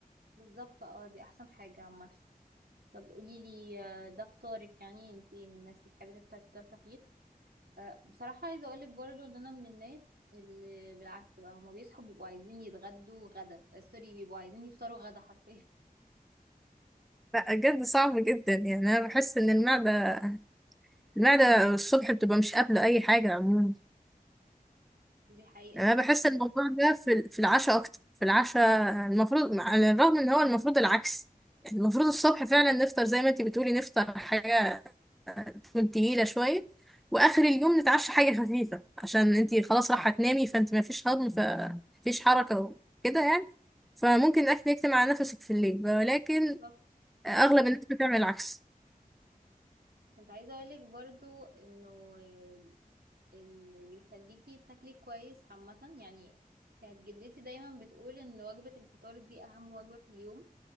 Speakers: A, on the right; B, in the centre.
A: بالظبط اه دي احسن حاجة عامة طب قولي لي آه، ده فطارك يعني انت من الناس اللي بتحبي تفطر فطار خفيف آه، بصراحة عايزة اقولك برضو ان انا من الناس اللي بالعكس بقى هما بيصحوا بيبقوا عايزين يتغدوا غدا آه، سوري بيبقوا عايزين يفطروا غدا حرفيا
B: لا بجد صعب جدا يعني انا بحس ان المعده المعده الصبح بتبقى مش قابله اي حاجه عموما
A: <laughs> دي حقيقة
B: يعني
A: عامة
B: انا بحس ان الموضوع ده في في العشاء اكتر في العشاء المفروض على الرغم ان هو المفروض العكس يعني المفروض الصبح فعلا نفطر زي ما انتي بتقولي نفطر حاجه تكون تقيلة شوية وآخر اليوم نتعشى حاجة خفيفة عشان انتي خلاص راح هتنامي فانت مفيش هضم فمفيش حركة وكده يعني فممكن الأكل يكتم على نفسك في الليل ولكن
A: بالظبط.
B: أغلب الناس بتعمل العكس
A: كنت عايزة اقولك برضو انه آه، اللي بيخليكي تاكلي كويس عامة يعني كانت جدتي دايما بتقول ان وجبة الفطار دي اهم وجبة في اليوم